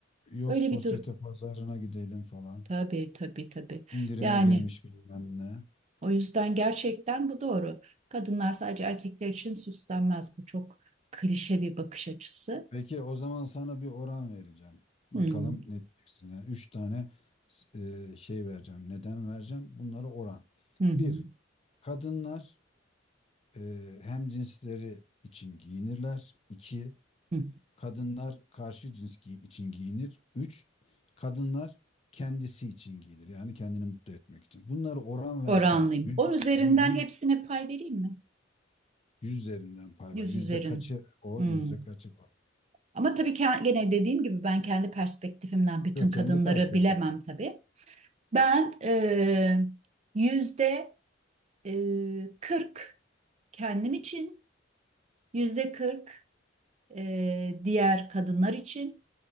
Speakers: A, on the left; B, on the right.
A: Yok
B: Öyle
A: sosyete
B: bir durum.
A: pazarına gidelim falan.
B: Tabii tabii tabii.
A: İndirime
B: Yani
A: girmiş bilmem ne.
B: o yüzden gerçekten bu doğru. Kadınlar sadece erkekler için süslenmez. Bu çok klişe bir bakış açısı.
A: Peki o zaman sana bir oran vereceğim. Bakalım
B: Hmm.
A: ne diyeceksin. Yani üç tane e, şey vereceğim. Neden vereceğim? Bunları oran.
B: Hı hı.
A: Bir, kadınlar e, hem cinsleri için giyinirler. İki,
B: hı.
A: kadınlar karşı cins gi- için giyinir. Üç, kadınlar kendisi için giyinir. Yani kendini mutlu etmek için. Bunları oran versen
B: Oranlıyım.
A: yüz,
B: 10 üzerinden
A: yüz,
B: hepsine pay vereyim mi?
A: yüz üzerinden pay
B: yüz
A: var. Yüzde
B: üzerin.
A: kaçı o,
B: Hmm.
A: yüzde kaçı var.
B: Ama tabii ki gene dediğim gibi ben kendi perspektifimden bütün
A: Yok,
B: kadınları
A: kendi perspektif.
B: bilemem tabii. Ben eee, yüzde eee, 40 kendim için, yüzde kırk eee, diğer kadınlar için,